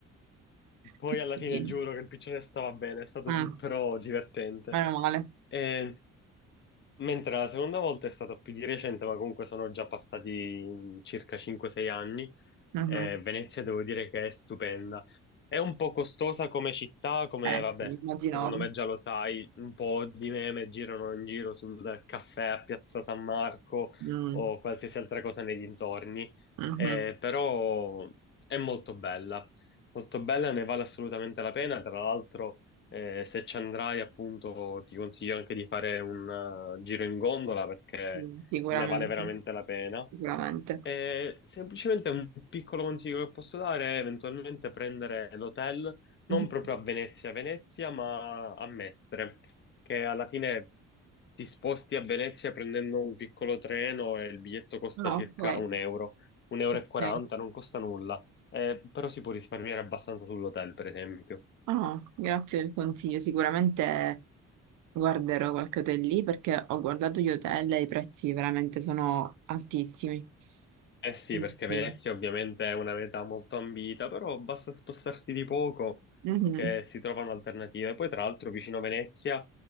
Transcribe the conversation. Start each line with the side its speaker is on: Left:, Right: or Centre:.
Left: Poi
Right: Che
Left: alla
Right: carino.
Left: fine giuro che il piccione stava bene, è stato
Right: Mm.
Left: però divertente.
Right: Meno male.
Left: Eh, Mentre la seconda volta è stata più di recente, ma comunque sono già passati mm, circa 5-6 anni.
Right: Mhm.
Left: Eh, Venezia devo dire che è stupenda. È un po' costosa come città, come
Right: Eh,
Left: vabbè,
Right: sì, immaginavo.
Left: secondo me già lo sai, un po' di meme girano in giro sul caffè a Piazza San Marco
Right: Mm.
Left: o qualsiasi altra cosa nei dintorni,
Right: Mhm.
Left: Eh, però è molto bella, molto bella, ne vale assolutamente la pena. Tra l'altro. Eh, se ci andrai, appunto, ti consiglio anche di fare un eh, giro in gondola perché
Right: Sì, sicuramente.
Left: ne vale veramente la pena.
Right: Sicuramente.
Left: E semplicemente un piccolo consiglio che posso dare è eventualmente prendere l'hotel non
Right: Mhm.
Left: proprio a Venezia, Venezia, ma a Mestre, che alla fine ti sposti a Venezia prendendo un piccolo treno e il biglietto costa
Right: Ah,
Left: circa
Right: ok.
Left: un euro, un euro e 40,
Right: Ok.
Left: non costa nulla, Eh, però si può risparmiare abbastanza sull'hotel, per esempio.
Right: Ah, grazie del consiglio. Sicuramente Guarderò qualche hotel lì perché ho guardato gli hotel e i prezzi veramente sono altissimi.
Left: Eh sì,
Right: Mm,
Left: perché Venezia
Right: Sì.
Left: ovviamente è una meta molto ambita, però basta spostarsi di poco
Right: Mhm.
Left: che si trovano alternative. Poi tra l'altro vicino Venezia,